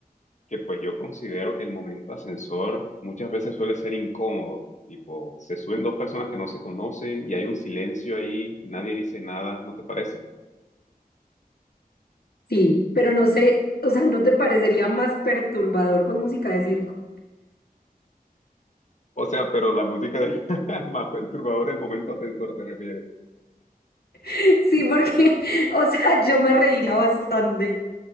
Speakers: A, on the left; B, on the left.
A: que pues yo considero que el momento ascensor muchas veces suele ser incómodo, tipo, se suben dos personas que no se conocen y hay un silencio ahí y nadie dice nada, ¿no te parece?
B: Sí, pero no sé, o sea, ¿no te parecería más perturbador con música de circo?
A: O sea, pero la música del- <laughs> más perturbadora del momento ascensor, ¿te refieres?
B: <laughs> Sí, porque, <laughs> o sea, yo me reiría bastante